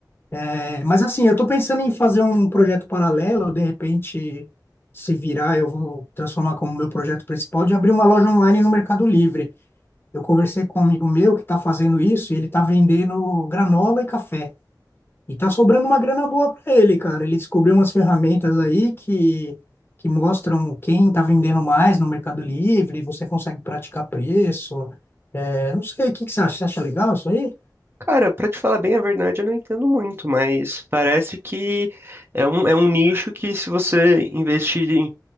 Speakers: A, on the left; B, on the right.
A: É, mas assim, eu estou pensando em fazer um projeto paralelo, de repente, se virar, eu vou transformar como meu projeto principal de abrir uma loja online no Mercado Livre. Eu conversei com um amigo meu que está fazendo isso e ele está vendendo granola e café. E tá sobrando uma grana boa para ele, cara. Ele descobriu umas ferramentas aí que, que mostram quem está vendendo mais no Mercado Livre, você consegue praticar preço. É, não sei, o que que você acha? Você acha legal isso aí?
B: Cara, pra te falar bem a verdade, eu não entendo muito, mas parece que é um, é um nicho que se você investir